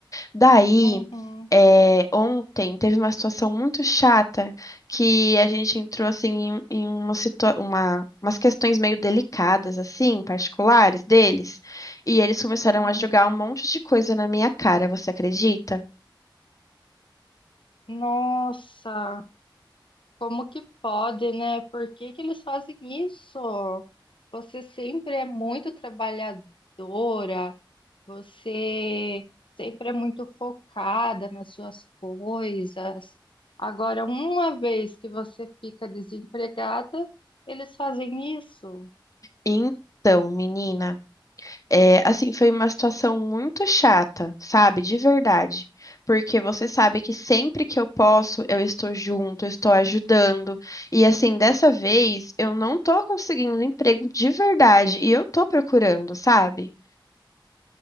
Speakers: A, on the left (about 40°); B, on the left (about 85°).
A: Daí,
B: Uhum,
A: é, ontem teve uma situação muito chata que a gente entrou assim em, em uma situa uma, umas questões meio delicadas, assim, particulares deles, e eles começaram
B: uhum.
A: a jogar um monte de coisa na minha cara, você acredita?
B: Nossa. Como que pode, né? Por que que eles fazem isso? Você sempre é muito trabalhadora, você sempre é muito focada nas suas coisas. Agora, uma vez que você fica desempregada, eles fazem isso.
A: Então, menina. É, assim, foi uma situação muito chata, sabe? De verdade. Porque você sabe que sempre que eu posso, eu estou junto, eu estou ajudando. E assim, dessa vez, eu não tô conseguindo emprego de verdade e eu tô procurando, sabe?